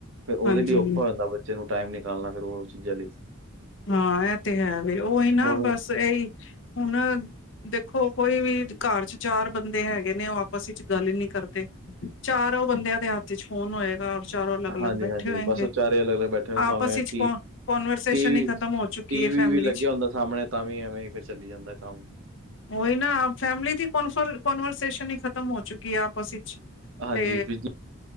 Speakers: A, on the right; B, on the left.
A: ਫਿਰ ਉਹਦੇ
B: ਹਾਂਜੀ
A: ਲਈ ਔਖਾ ਹੋ ਜਾਂਦਾ ਬੱਚੇ ਨੂੰ ਟਾਈਮ ਨਿਕਾਲਣਾ ਫੇਰ ਉਹ ਚੀਜ਼ਾਂ ਲਈ
B: ਹਾਂ ਇਹ ਤੇ ਹੈ ਵੇ ਉਹੀ ਨਾ
A: ਹੁਣ
B: ਬਸ ਇਹੀ ਹੁਣ ਦੇਖੋ ਕੋਈ ਵੀ ਘਰ ਚ ਚਾਰ ਬੰਦੇ ਹੈਗੇ ਨੇ ਉਹ ਆਪਸ ਵਿਚ ਗੱਲ ਹੀ ਨਹੀਂ ਕਰਦੇ। ਚਾਰੋਂ ਬੰਦਿਆਂ ਦੇ ਹੱਥ ਚ ਫੋਨ ਹੋਏਗਾ। ਚਾਰੋਂ ਅਲੱਗ ਅਲੱਗ
A: ਹਾਂਜੀ
B: ਬੈਠੇ
A: ਹਾਂਜੀ
B: ਹੋਏਗੇ
A: ਬਸ ਉਹ ਚਾਰੇ ਅਲੱਗ ਅਲੱਗ ਬੈਠੇ ਹੋ
B: ਆਪਸ
A: ਭਾਵੇਂ
B: ਵਿੱਚ
A: ਟੀਵੀ
B: ਕੋ ਕਨਵਰਸੇਸ਼ਨ ਹੀ ਖਤਮ ਹੋ ਚੁੱਕੀ
A: ਟੀਵੀ
B: ਹੈ ਫੈਮਿਲੀ
A: ਵੀ ਲੱਗਿਆ
B: ਚ
A: ਹੁੰਦਾ ਸਾਹਮਣੇ ਤਾਂ ਵੀ ਐਵੇਂ ਹੀ ਫਿਰ ਚੱਲੀ ਜਾਂਦਾ ਕੰਮ।
B: ਹੋਈ ਨਾ ਫੈਮਲੀ ਦੀ ਕੋਨਵਰਸੇਸ਼ਨਨ ਹੀ ਖਤਮ ਹੋ ਚੁੱਕੀ ਹੈ ਆਪਸ ਵਿੱਚ।
A: ਹਾਂਜੀ,
B: ਤੇ
A: ਬਿਜੀ